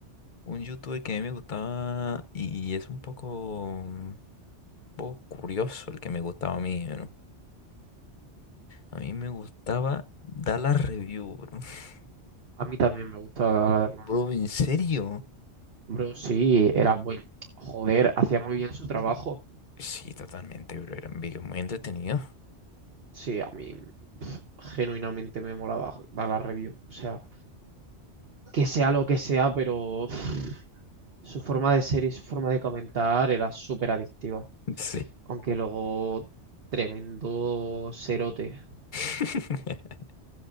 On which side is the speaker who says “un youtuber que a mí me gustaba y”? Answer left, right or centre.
Left